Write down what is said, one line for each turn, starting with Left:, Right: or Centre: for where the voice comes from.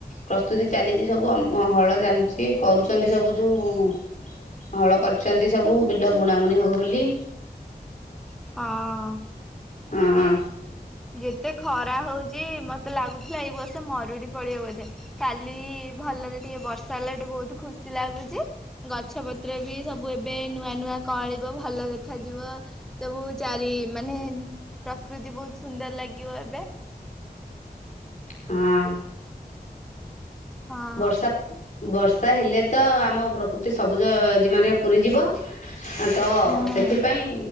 Left: ପ୍ରସ୍ତୁତି ଚାଲିଚି ସବୁ ଆମ ହଳ ଚାଲିଛି କରୁଛନ୍ତି ସବୁ ଯୋଉଁ ହଳ କରିଛନ୍ତି ସବୁ ବିଲ ବୁଣା ବୁଣି ହବ ବୋଲି।
Centre: ହଁ।
Left: ହଁ।
Centre: ଯେତେ ଖରା ହଉଚି ମତେ ଲାଗୁଥିଲା ଏଇ ବର୍ଷେ ମରୁଡି ପଡିବ ବୋଧେ। କାଲି ଭଲରେ ଟିକେ ବର୍ଷା ହେଲା <unintelligible> ବହୁତୁ ଖୁସି ଲାଗୁଚି। ଗଛ ପତ୍ର ବି ସବୁ ଏବେ ନୂଆ ନୂଆଁ ନୂଆଁ କଁଅଳିବ ଭଲ ଦେଖାଯିବ। ସବୁ ଚାରି ମାନେ ପ୍ରକୃତି ବହୁତ୍ ସୁନ୍ଦର ଲାଗିବ ଏବେ।
Left: ହଁ।
Centre: ହଁ।
Left: ବର୍ଷା ବର୍ଷା ହେଲେ ତ ଆମ ପ୍ରକୃତି ସବୁଜ ଜୀମାରେ ପୁରି ଯିବ। ଅଁ ତ
Centre: ହୁଁ
Left: ସେଥିପାଇଁ